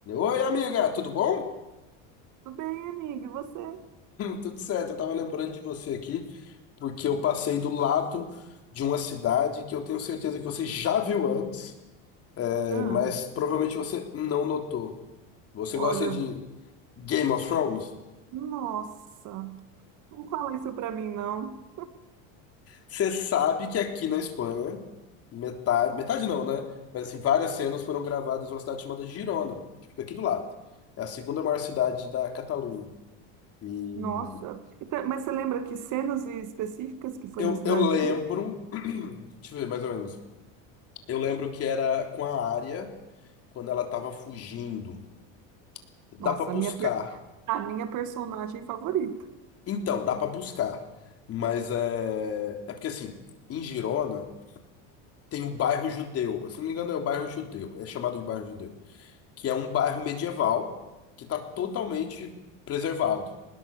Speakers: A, on the left (about 40°); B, on the right (about 50°).
A: Oi, amiga, tudo bom?
B: Tudo bem, amiga? E você?
A: Tudo certo, eu tava lembrando de você aqui, porque eu passei do lado de uma cidade que eu tenho certeza que você já viu antes, é,
B: Ah,
A: mas provavelmente você não notou. Você
B: olha,
A: gosta de Game of Thrones?
B: nossa, não fala isso pra mim, não.
A: Você sabe que aqui na Espanha, metade, metade não, né? Mas assim, várias cenas foram gravadas em uma cidade chamada Girona, que fica aqui do lado. É a segunda maior cidade da Catalunha. E
B: Nossa, Então, mas você lembra que cenas específicas que foi
A: eu,
B: na Cidade
A: eu lembro,
B: Livre?
A: <clears throat> deixa eu ver mais ou menos. Eu lembro que era com a área quando ela tava fugindo. Dá
B: Nossa,
A: pra buscar.
B: a minha, per- a minha personagem favorita.
A: Então, dá pra buscar. Mas é. É porque assim, em Girona tem o bairro Judeu. Se não me engano, é o bairro Judeu. É chamado de bairro Judeu. Que é um bairro medieval que tá totalmente preservado.